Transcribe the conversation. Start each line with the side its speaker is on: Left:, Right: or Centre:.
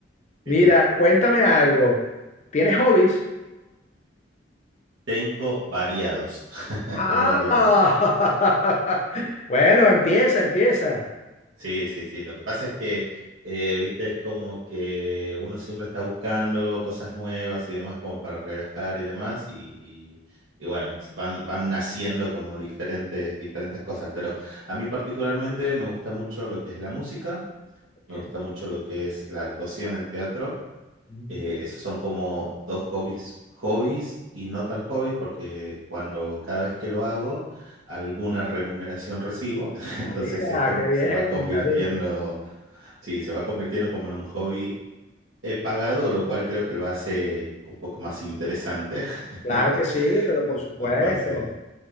Right: Sí.
Left: Mira, cuéntame algo. ¿Tienes hobbies?
Right: Tengo variados. <laughs>
Left: Ah,
Right: Tengo variados. Eh,
Left: <laughs> bueno, empieza, empieza.
Right: Sí, sí, sí. Lo que pasa es que, eh, viste, es como que uno siempre está buscando cosas nuevas y demás como para relajar y demás. Y, y- y bueno, s- van, van naciendo como diferentes, diferentes cosas. Pero a mí particularmente me gusta mucho lo que es la música,
Left: Ok.
Right: me gusta mucho lo que es la actuación, el teatro.
Left: Ujú.
Right: eh, esos son como dos hobbies, hobbies y no tan hobbies, porque cuando cada vez que lo hago, alguna remuneración recibo, <laughs> entonces
Left: Ah, mira,
Right: es como
Left: qué
Right: que
Left: bien.
Right: se va convirtiendo,
Left: está bien.
Right: sí, se va convirtiendo como en un hobby eh, pagado, lo cual creo que lo hace un poco más interesante.
Left: Claro
Right: <laughs>
Left: que sí, pero
Right: En-
Left: por supuesto.
Right: Entonces,